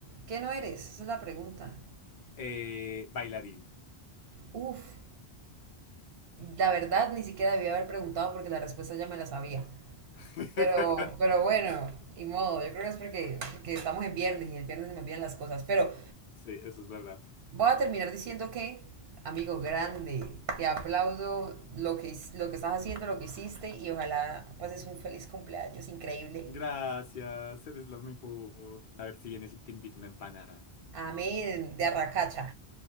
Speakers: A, on the right; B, on the left.
A: ¿Qué no eres? Esa es la pregunta.
B: Eh, bailarín.
A: Uf. La verdad, ni siquiera debía haber preguntado porque la respuesta ya me la sabía.
B: <laughs>
A: Pero, pero bueno, y modo. Yo creo que es porque, porque estamos en viernes y el viernes se me olvidan las cosas. Pero
B: Sí, eso es verdad.
A: voy a terminar diciendo que, amigo grande, te aplaudo lo que, his- lo que estás haciendo, lo que hiciste y ojalá pases un feliz cumpleaños increíble.
B: Gracias, eres la mejor. A ver si vienes y te invito una empanada.
A: Amén, de Arracacha.